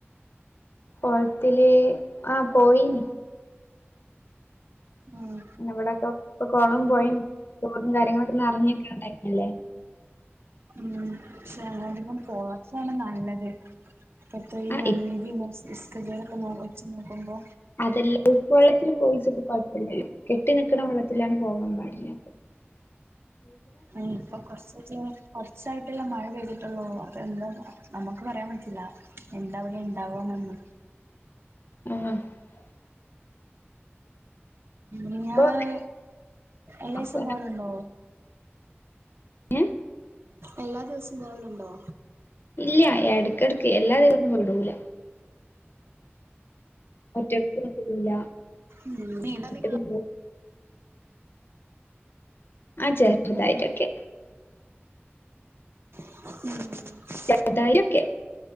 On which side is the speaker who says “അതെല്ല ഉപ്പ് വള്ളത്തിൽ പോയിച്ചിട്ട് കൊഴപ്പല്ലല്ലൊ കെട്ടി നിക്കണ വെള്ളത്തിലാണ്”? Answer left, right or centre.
Left